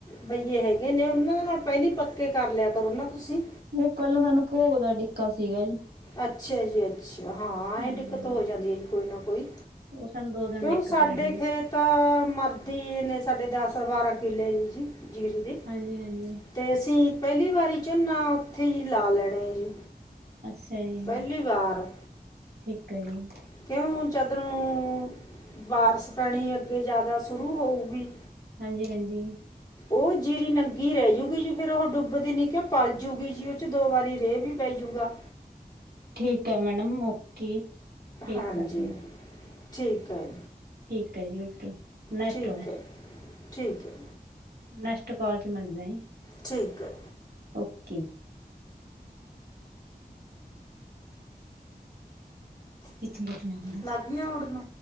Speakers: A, on the left; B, on the right.
A: ਬਈਏ ਹੈਗੇ ਨੇ ਉਹਨਾਂ ਦੇ ਨਾਲ ਪਹਿਲੀ ਪੱਕੇ ਕਰ ਲਿਆ ਕਰੋ ਨਾ ਤੁਸੀਂ।
B: ਉਹ ਪਹਿਲਾਂ ਸਾਨੂੰ ਭੋਗ ਦਾ ਡਿੱਕਾ ਸੀਗਾ ਜੀ।
A: ਅੱਛਾ ਜੀ ਅੱਛਾ, ਹਾਂ
B: ਹੂੰ
A: ਇਹ ਦਿੱਕਤ ਹੋ ਜਾਂਦੀ ਐ ਜੀ ਕੋਈ ਨਾ ਕੋਈ।
B: ਉਹ ਸਾਨੂੰ ਦੋ ਦਿਨ
A: ਕਿਉਂ
B: ਦਿੱਕਤ
A: ਸਾਡੇ
B: ਰਹੀ।
A: ਖੇਤ ਤਾਂ ਮਰਦੀ ਨੇ ਸਾਡੇ ਦਸ ਬਾਰ੍ਹਾਂ ਕਿੱਲੇ ਜੀ ਜੀ ਜੀਰੇ ਦੇ।
B: ਹਾਂਜੀ-ਹਾਂਜੀ।
A: ਤੇ ਅਸੀਂ ਪਹਿਲੀ ਵਾਰੀ ਝੋਨਾ ਉੱਥੇ ਹੀ ਲਾ ਲੈਣੇ ਐ ਜੀ।
B: ਅੱਛਾ ਜੀ,
A: ਪਹਿਲੀ ਵਾਰ
B: ਠੀਕ ਐ ਜੀ।
A: ਕਿਉਂ ਜਦ ਨੁੰ ਬਾਰਸ਼ ਪੈਣੀ ਅੱਗੇ ਜ਼ਿਆਦਾ ਸ਼ੁਰੂ ਹੋਊਗੀ।
B: ਹਾਂਜੀ-ਹਾਂਜੀ।
A: ਉਹ ਜੀਰੀ ਨੰਗੀ ਰਹਿ ਜੂਗੀ ਜੀ ਫੇਰ ਉਹ ਡੁੱਬਦੀ ਨ ਕਿਂ ਪਲ ਜੂਗੀ ਜੀ ਉਹ ਚ ਦੋ ਵਾਰੀ ਰੇ ਵੀ ਪੈ ਜੂਗਾ।
B: ਠੀਕ ਐ ਮੈਡਮ ਓਕੇ। ਫੇਰ
A: ਹਾਂਜੀ,
B: ਕਰਦੇ
A: ਠੀਕ ਐ।
B: ਠੀਕ ਐ ਜੀ, ਓਕੇ। ਨੈਕਸਟ
A: ਠੀਕ ਐ, ਠੀਕ ਐ।
B: ਨੇਕ੍ਸ੍ਟ ਕਾਲ ਚ ਮਿਲਦਾ ਆ ਸੀ।
A: ਠੀਕ ਐ।
B: ਓਕੇ। <unintelligible>
A: ਲਗ ਗਈ ਐ ਉੱਡਣ।